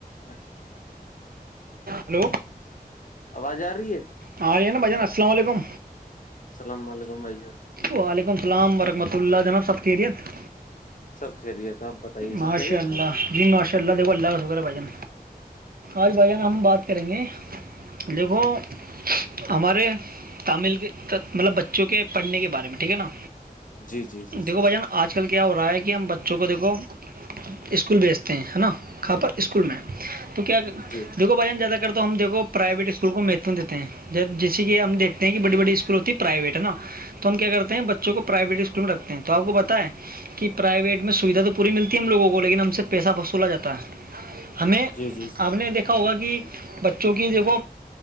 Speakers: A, on the left; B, on the right.
A: ہاں
B: ہلو
A: آواز آ رہی ہے
B: ہ رہ نا بجان السلام علیکم
A: السلام علیکم بھائی جان
B: وعلیکم السلام ورحمۃ اللہ جناب سب خیریت
A: سب خیریت آپ بتائیے سب
B: ماشاء
A: خیریت
B: اللہ جی ماشاء اللہ د اللہ کا سے بجن آج بھائی جانا ہم بات کریں گے دیکھو ہمارے تامل کے مطلب بچوں کے پڑھنے کے بارے میں ٹھیک ہے نا
A: جی جی جی جی
B: دیکھو بھائی جان آج کل کیا ہو رہا ہے کہ ہم بچوں کو دیکھو اسکول بھیجتے ہیں ہے نا کاں پر اسکول میں تو کیا
A: جی
B: دھو بھائیان زیادہ تو ہم دیکو پرائیویٹ اسکول کو مہتو دیتے ہیں جب جیسے کہ ہم دیکھتے ہیں کہ بڑی بڑی اسکول ہوتی ہے پرائیویٹ ہے نا تو ہم کیا کرتے ہیں بچوں کو پرائیویٹ اسکول میں رکھتے ہیں تو آپ کو بتیں کہ پرائیویٹ میں سویدھا تو پوری ملتی ہے ہم لوگوں کو لیکن ہم سے پیسہ وصولا جاتا ہے ہمیں
A: جی جی
B: ہم نے دیکھا ہوگا کہ بچوں کی دیکھو